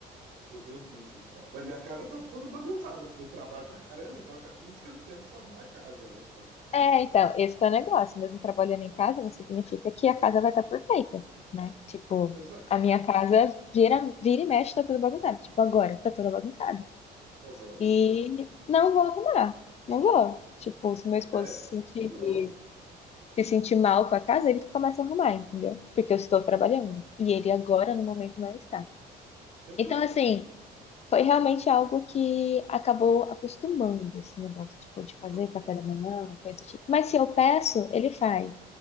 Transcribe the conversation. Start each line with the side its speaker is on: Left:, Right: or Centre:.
Right: com os meus bichos e tal. Mas minha casa tá toda bagunçada, porque eu trabalho pra caramba, então eu acabo não tendo tempo pra arrumar a casa, né? Então,
Left: É, então, esse que é o negócio. Mesmo trabalhando em casa, não significa que a casa vai estar perfeita, né? Tipo,
Right: exato.
Left: a minha casa vira, vira e mexe, tá toda bagunçada. Tipo, agora, tá toda bagunçada.
Right: Aham.
Left: E não vou arrumar. Não vou. Tipo, se meu esposo
Right: É,
Left: se sentir,
Right: não.
Left: se sentir mal com a casa, ele começa a arrumar, entendeu? Porque eu estou trabalhando. E ele agora, no momento, não está.
Right: Exato.
Left: Então, assim, foi realmente algo que acabou acostumando esse negócio, tipo, de fazer
Right: Aham.
Left: café da manhã, coisa do tipo. Mas se eu peço, ele faz.